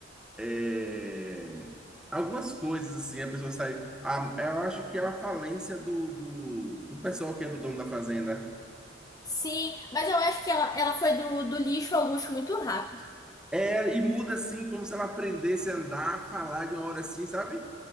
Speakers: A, in the centre; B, on the left.
A: É... Algumas coisas, assim, a pessoa sai. a- eu acho que é a falência do, do, do pessoal que era o dono da fazenda.
B: Sim, mas eu acho que ela, ela foi do, do lixo ao luxo muito rápido.
A: É, e muda assim, como se ela aprendesse a andar, a falar de uma hora assim, sabe?